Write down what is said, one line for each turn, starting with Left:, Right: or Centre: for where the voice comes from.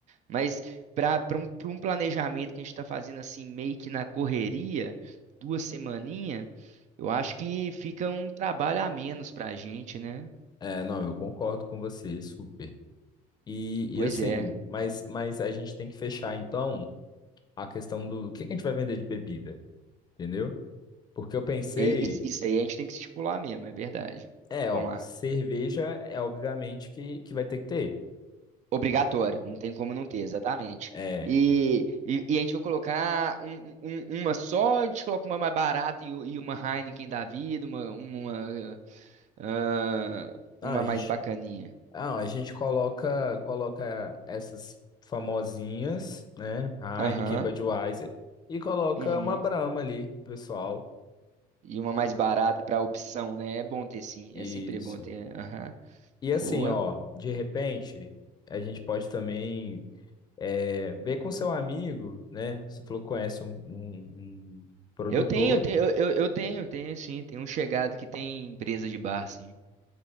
Right: mas para um, pra um planejamento que a gente está fazendo assim, meio que na correria, duas semaninhas, eu acho que fica um trabalho a menos pra gente, né?
Left: É, não, eu concordo com você, super. E, e
Right: Pois
Left: assim,
Right: é.
Left: mas, mas a gente tem que fechar então a questão do, o que que a gente vai vender de bebida, entendeu? Porque eu pensei,
Right: E- e- isso aí a gente tem que estipular mesmo, é verdade.
Left: é, ó,
Right: Vamos lá.
Left: cerveja é obviamente que, que vai ter que ter.
Right: Obrigatório, não tem como não ter, exatamente.
Left: É,
Right: E, e, e a gente vai colocar um- um- uma só, a gente coloca uma mais barata e, u- e uma Heineken da vida, uma, uma, ah,
Left: ah,
Right: uma
Left: a
Right: mais
Left: gente-
Right: bacaninha.
Left: Ah, a gente coloca coloca essas famosinhas, né? Heineken,
Right: Aham,
Left: Budweiser, e coloca
Right: uhum.
Left: uma Brahma ali, pessoal.
Right: E uma mais barata para opção, né? É bom ter sim,
Left: Isso.
Right: é sempre bom ter. Aham,
Left: E assim,
Right: boa.
Left: ó, de repente, a gente pode também é, ver com seu amigo, né? Você falou que conhece um, um, um produtor
Right: Eu tenho, eu tenho, eu, eu eu tenho, tenho sim. Tem um chegado que tem empresa de bar, sim.